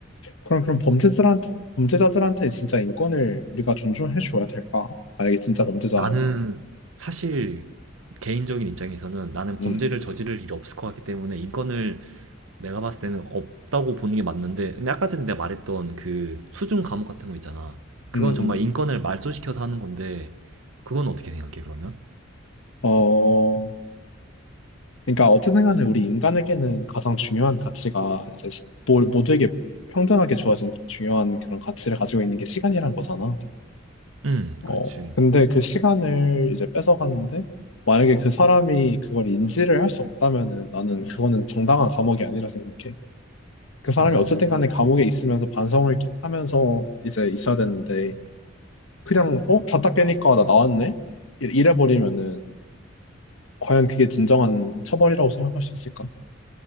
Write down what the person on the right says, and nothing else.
나는 사실 개인적인 입장에서는 나는
범죄를 저지를 일이 없을 것 같기 때문에 인권을 내가 봤을 때는 없다고 보는 게 맞는데 근데 아까 전에 내가 말했던 그 수중 감옥 같은 거 있잖아 그건
정말 인권을 말소시켜서 하는 건데 그건 어떻게 생각해 그러면?
음
그렇지.
음.